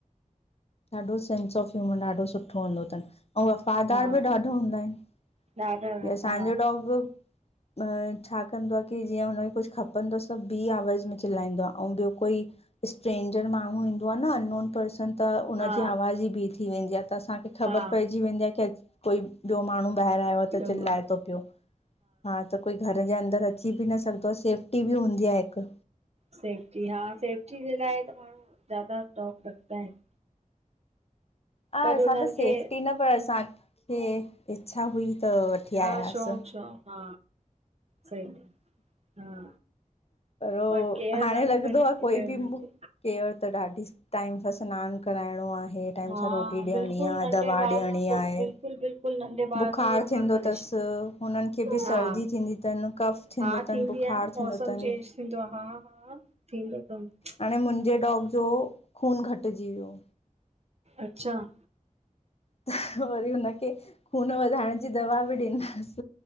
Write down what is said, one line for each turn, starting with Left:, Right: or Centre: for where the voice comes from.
Left: ॾाढो सेंस ऑफ ह्यूमर ॾाढो सुठो हूंदो तनि अंऊं वफ़ादार
Right: हा
Left: ॿि ॾाढा हूंदा इनि।
Right: ॾाढा ॾाढा
Left: हे असांॼो डॉग अं छा कंदो आ की जीअं हुनखे कुछ खपंदुस त ॿी आवाज़ में चिलाईंदो आ अंऊ ॿियो कोई स्ट्रेंजर माण्हूँ ईंदो आ न अनोन पर्सन। न त उन
Right: हा
Left: ॼी आवाज़ ई बी थी वेंदी आ त असांखे ख़ॿर
Right: हा हा
Left: पइॼी वेंदी आ कि अञ कोई ॿियो माण्हूं ॿाहर आयो आ त
Right: ॿियो
Left: चिल्लाए
Right: मां
Left: तो पियो हा त कोई घर ॼे अंदर अची ॿि न सघंदो आ सेफ्टी ॿि हूंदी आहे हिक
Right: सेफ्टी हा सेफ्टी ॼे लाए त माण्हूँ ज्यादा डांग रखदा आहिन
Left: हा असां
Right: हुननि
Left: त सेफ्टी
Right: खे
Left: न पर असांखे इच्छा हुई त वठी
Right: हा
Left: आयाहास।
Right: शौक़ शौक़ हा सही हा।
Left: ओ
Right: पर केयर
Left: हांणे
Right: ॾाढी
Left: लॻदो
Right: करणी
Left: आ
Right: थी
Left: कोई
Right: पए
Left: ॿि
Right: हुननि
Left: मु
Right: खे
Left: केयर त ॾाढी टाइम सां सिनान कराइणों आहे। टाइम
Right: हा
Left: सां रोटी ॾियणी
Right: बिल्कुलु
Left: आ
Right: नंढे
Left: दवा ॾियणी
Right: ॿार वांगुरु
Left: आहे।
Right: बिल्कुलु बिल्कुलु नंढे ॿार
Left: बुखार
Right: वांगुरु
Left: थींदो
Right: परवरिश
Left: तस हुननि खे ॿि सर्दी
Right: हा
Left: थींदी तन कफ थींदो
Right: हा
Left: तन
Right: थींदी
Left: बुखार
Right: आहे न मौसम
Left: थींदो तन
Right: चेंज थींदो आ हा हा थींदो थस
Left: हांणे मुंजे डॉग जो खून घटिॼी वियो
Right: अच्छा ‌‌
Left: त वरी हुनखे खून वधाइंण ॼी दवा ॿि ॾींदास।